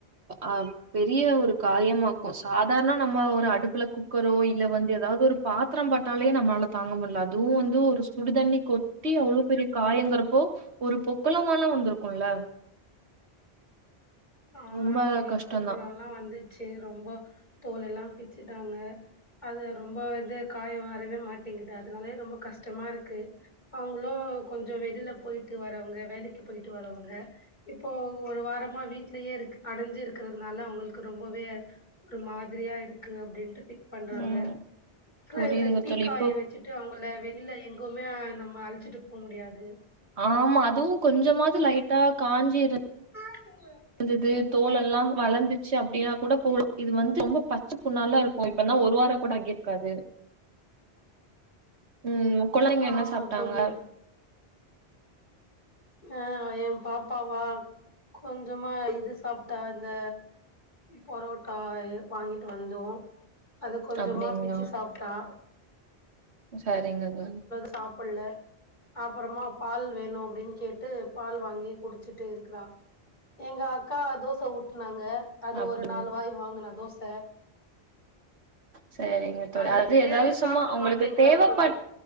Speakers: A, on the right; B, on the left.
A: அ பெரிய ஒரு காயமாக்கு சாதாரண நம்ம ஒரு அடுப்புல குக் குக்கரோ இல்ல வந்து ஏதாவுது ஒரு பாத்ரோ பட்டாலே நம்ளால தாங்க முட்ல அதுவு வந்து ஒரு சு சுடுதண்ணி கொட்டி அவ்வுளோ பெரிய காயங்குறப்போ ஒரு பொக்களமால வந்துருக்கும்ல
B: ஆமா
A: ரொம்ப
B: தோழி
A: கஷ்டந்தா
B: குப்புளல்லா வந்து சி ரொம்ப தோல் எல்லா பிச்சிட்டாங்க அது ரொம்ப இது காயோ ஆறவே மாட்டேங்குது அதனாலயே ரொம்ப கஷ்டமாருக்கு அவுங்களு கொஞ்சோ வெளில போய்ட்டு வரவங்க வேலைக்கு போய்ட்டு வரவங்க இப்போ ஒரு வாரமா வீட் விட்லயே இருக் அடஞ்சு இருக்குறதுனால அவுங்குள்க்கு ரொம்பவே ஒரு மாதிரியா இருக்கு அப்டின்ட்டு ஃபீல் பண்றாங்க
A: ம்
B: இப்ப
A: புரியுதுங்க
B: தீ
A: தோழி
B: காய
A: இப்போ
B: வெச்சிட் ட்டு அவுங்கள வெளில எங்கவுமே நம்ம அழச்சிட்டு போ முடியாது
A: ஆமா அதுவு கொஞ்சமாது லைட்டா காஞ்சி இருந்
B: <unintelligible>
A: வந்துது தோல் எல்லா வளந்துச்சு அப்டினா கூட போலா இது வந்து ரொம்ப பச்ச புண்ணாலா இருக்கு இப்பனா ஒரு வாரோ கூட ஆகிருக்காது ம் கொழந்திங்க என்ன
B: ஆமா
A: சாப்ட்டாங்க
B: தோழி ஆ எ பாப்பாவா கொஞ்சமா இது சாப்பிட்டா இந்த புரோட்டா வாங்கிட்டு வந்தோம் அது கொஞ்சமா
A: அப்டிங்களா
B: பிச்சி சாப்பிட்டா
A: சரிங்கங்க
B: சாப்பிடல அப்புறமா பால் வேணும் அப்டின்னு கேட்டு பால் வாங்கி குடிச்சுட்டு இருக்கிறா எங்க அக்கா தோச ஊட்டுனாங்க அது
A: அப்டிங்க
B: ஒரு நாலு வாய் வாங்னா தோச
A: சரிங்க தோழி
B: அத
A: அதாவது
B: சரியாவே
A: ஏதாவது
B: சாப்புட
A: சும்மா அவங்களுக்கு
B: மாட்டேங்கிறா
A: தேவைப்பட்
B: தோழி